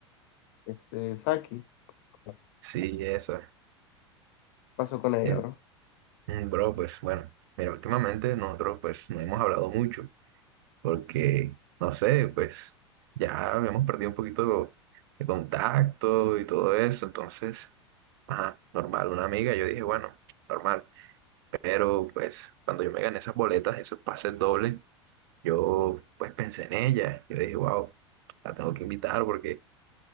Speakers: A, on the left; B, on the right.
A: Este, Saki, ¿qué
B: Sí, esa.
A: pasó con ella,
B: En-
A: bro?
B: mm, bro, pues bueno, mira, últimamente nosotros pues no hemos hablado mucho porque, no sé, pues ya hemos perdido un poquito de contacto y todo eso, entonces, ajá, normal, una amiga, yo dije, bueno, normal, pero pues cuando yo me gané esas boletas, esos pases dobles, yo pues pensé en ella, yo dije, wow, la tengo que invitar porque...